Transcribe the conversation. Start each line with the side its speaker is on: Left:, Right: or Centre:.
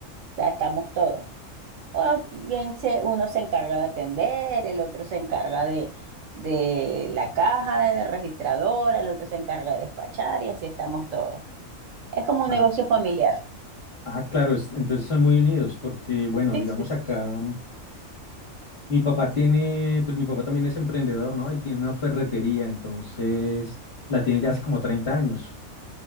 Right: O sea, estamos todos. O bien se, uno se encarga de atender, el otro se encarga de, de la caja, de la registradora, el otro se encarga de despachar y así estamos todos. Es como un
Left: Ah,
Right: negocio familiar
Left: ah, claro, es- entonces son muy unidos porque, bueno,
Right: Sí,
Left: digamos
Right: sí, sí.
Left: acá, mm, mi papá tiene, pues mi papá también es emprendedor, ¿no? Él tiene una ferretería, entonces la tiene ya hace como 30 años.